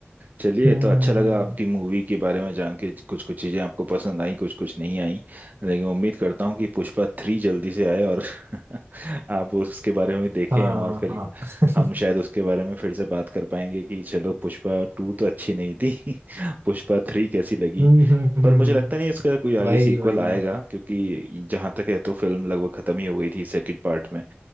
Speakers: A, on the right; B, on the right.
A: चलिए
B: हम्म
A: तो अच्छा
B: हम्म,
A: लगा
B: हम्म।
A: आपकी मूवी के बारे में जान के कुछ कुछ चीजें आपको पसंद आई कुछ कुछ नहीं आई लेकिन उम्मीद करता हूँ कि पुष्पा थ्री जल्दी से आए और <laughs> आप उसके बारे में देखें
B: हाँ
A: और
B: हाँ
A: फिर
B: हाँ
A: हम
B: <laughs>
A: शायद उसके बारे में फिर से बात कर पाएंगे कि चलो पुष्पा टू तो अच्छी नहीं थी <laughs> पुष्पा थ्री कैसी लगी
B: हम्म हम्म,
A: पर
B: हम्म,
A: मुझे लगता नहीं इसका कोई आगे
B: वही
A: सीक्वल
B: वही
A: आएगा क्योंकि जहां तक है तो फिल्म लगभग खत्म ही हो गई थी सेकंड पार्ट में